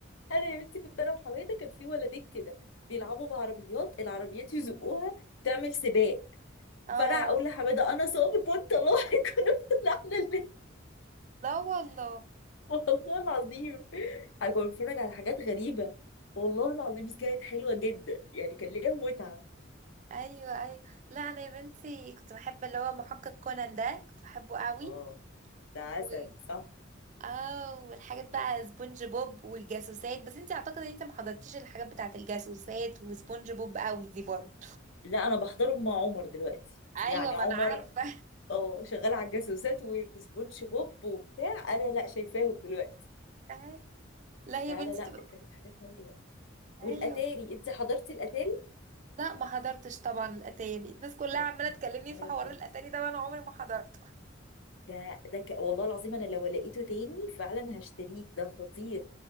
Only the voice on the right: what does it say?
اه
لا والله
ايوه ايوه لا انا يا بنتي كنت بحب اللي هو محقق كونان ده كنت بحبه قوي
و
اه والحاجات بقى سبونج بوب والجاسوسات بس انت اعتقد ان انت ما حضرتيش الحاجات بتاعت الجاسوسات وسبونج بوب قوي دي برضه
ايوه
ما
انا عارفه
<laughs> أي- لا
يا بنتي
بقى-
ايوه
لا ما حضرتش طبعا الاتاري الناس كلها
عماله
تكلمني في حوار
الاتاري ده وانا عمري ما حضرته